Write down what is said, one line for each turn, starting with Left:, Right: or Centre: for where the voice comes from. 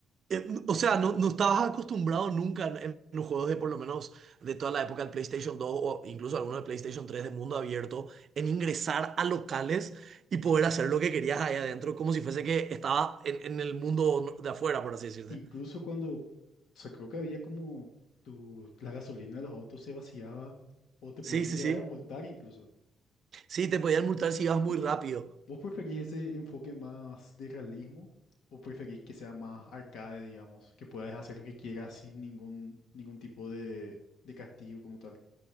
Right: eh, o sea, no, no estabas acostumbrado nunca en, en los juegos de por lo menos de toda la época del PlayStation 2 o incluso algunos de PlayStation 3 de mundo abierto, en ingresar a locales y poder hacer lo que querías ahí adentro, como si fuese que estaba en, en el mundo de afuera, por así decirte.
Left: Incluso cuando, o sea, creo que había como tu, la gasolina de los autos se vaciaba o te
Right: Sí,
Left: podían
Right: sí,
Left: llegar
Right: sí.
Left: a multar incluso.
Right: Sí, te podían multar si ibas muy
Left: ¿Y
Right: rápido.
Left: vos preferís ese enfoque más de realismo o preferís que sea más arcade, digamos, que puedas hacer lo que quieras sin ningún, ningún tipo de, de castigo como tal?